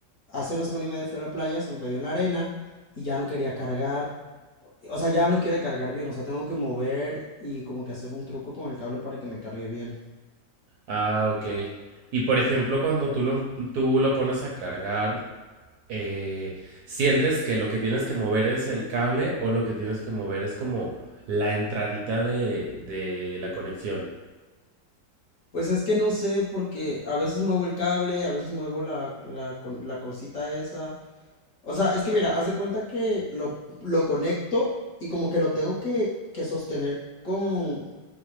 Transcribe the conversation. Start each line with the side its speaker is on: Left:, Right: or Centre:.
Left: hace una semana y media fui a la playa, se me cayó en la arena y ya no quería cargar. O sea, ya no quiere cargar bien, o sea, tengo que mover y como que hacer un truco con el cable para que me cargue bien.
Right: Ah, ok. Y por ejemplo, cuando tú lo, tú lo pones a cargar, eh, ¿sientes que lo que tienes que mover es el cable o lo que tienes que mover es como la entradita de, de la conexión?
Left: Pues es que no sé, porque a veces muevo el cable, a veces muevo la, la, con- la cosita esa, O sea, es que mira, haz de cuenta que lo, lo conecto y como que lo tengo que, que sostener con,